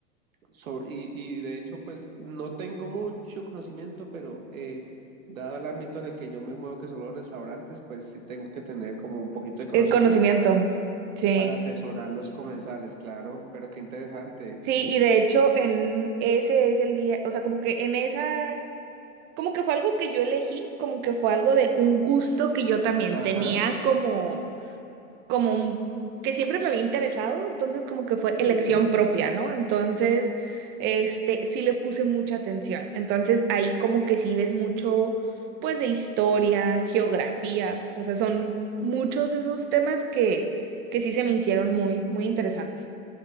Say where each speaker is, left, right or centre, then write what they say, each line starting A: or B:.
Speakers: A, on the right; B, on the right.
A: sobre, y, y de hecho, pues no tengo mucho conocimiento, pero eh, dado el ámbito en el que yo me muevo, que son los restaurantes, pues sí tengo que tener como un poquito de conocimiento
B: el conocimiento.
A: para,
B: Sí.
A: para asesorar los comensales, claro, pero qué interesante.
B: Sí, y de hecho en ese es el día, o sea, como que en esa como que fue algo que yo elegí, como que fue algo de un gusto que yo también
A: Ajá,
B: tenía como como un- que siempre me había interesado, entonces como que fue elección
A: sí,
B: propia, ¿no? Entonces, este, sí le puse mucha atención. Entonces ahí como que sí ves mucho, pues de historia, geografía, o sea, son muchos esos temas que, que sí se me hicieron muy, muy interesantes.